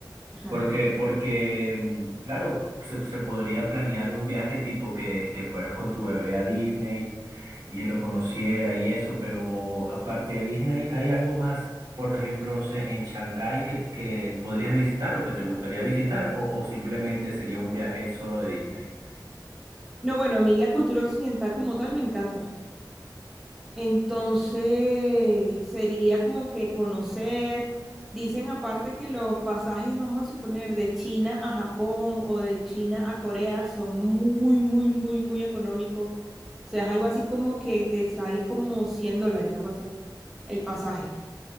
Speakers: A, in the centre; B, on the right (about 65°).
A: Ajá.
B: Porque, porque, mm, claro, se, se podría planear un viaje tipo que, que fueras con tu bebé a Disney y él lo conociera y eso, pero aparte de Disney, ¿hay algo más, por ejemplo, no sé, en Shanghái que, que podrías visitar o que te gustaría visitar o, o simplemente sería un viaje solo de Disney?
A: No, bueno, a mí la cultura occidental como tal me encanta. Entonces, sería como que conocer, dicen aparte que los pasajes, vamos a suponer, de China a Japón o de China a Corea son muy, muy, muy, muy económicos. O sea, es algo así como que te sale como 100 dólares, algo así, el pasaje.